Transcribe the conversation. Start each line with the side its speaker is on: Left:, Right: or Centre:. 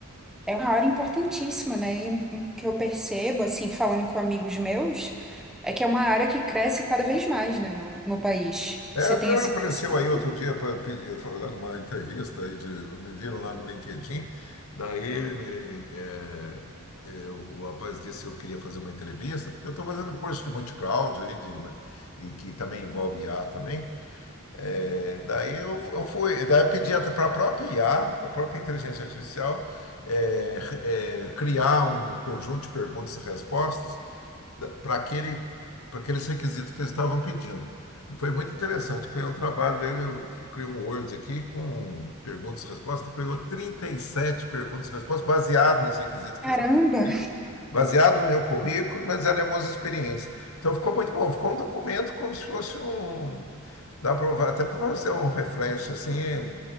Centre: É uma área importantíssima, né? E o que eu percebo, assim, falando com amigos meus, é que é uma área que cresce cada vez mais, né, no, no país.
Left: É,
Centre: Você
Left: até
Centre: tem essa
Left: apareceu
Centre: impressão?
Left: aí outro dia pra, pe- foi lá numa entrevista aí de, me viram lá no LinkedIn, daí me, é, é, o, o rapaz disse que eu queria fazer uma entrevista, porque eu estou fazendo curso de multi-cloud aí, de, e que também envolve IA também. É, daí eu, eu fui, daí eu pedi até para a própria IA, para a própria inteligência artificial, é, é, criar um conjunto de perguntas e respostas para aquele, para aqueles requisitos que eles estavam pedindo. E Foi muito interessante. Foi um trabalho dele. Eu criei um Word aqui com perguntas e respostas. Criou 37 perguntas e respostas, baseado nos requisitos que
Centre: Caramba!
Left: eles estavam pedindo, baseado no meu currículo, mas eram algumas experiências. Então ficou muito bom. Ficou um documento como se fosse um. Dá pra, até para fazer um refresh, assim.